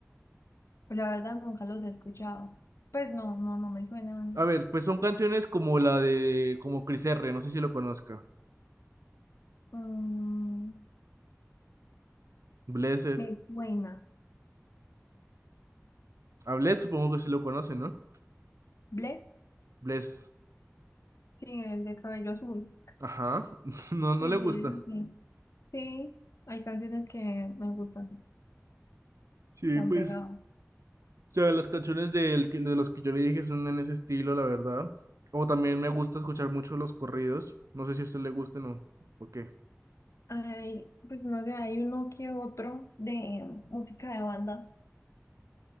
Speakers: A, on the left; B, on the right.
A: pues la verdad nunca los he escuchado. Pues no, no, no me suenan.
B: A ver, pues son canciones como la de. Como Chris R. No sé si lo conozca.
A: mm,
B: Blessed.
A: me suena.
B: A Bless supongo que sí lo conocen, ¿no?
A: ¿ble?
B: Bless.
A: sí, el de cabello azul.
B: Ajá. <laughs> No, no
A: Sí,
B: le gusta.
A: sí, eso sí. Sí, hay canciones que me gustan,
B: Sí,
A: que han
B: pues.
A: pegado.
B: O sea, las canciones del que- de los que yo le dije son en ese estilo, la verdad. O también me gusta escuchar mucho los corridos. No sé si a usted le gusten o, o qué.
A: Ay, pues no sé, hay uno que otro de música de banda.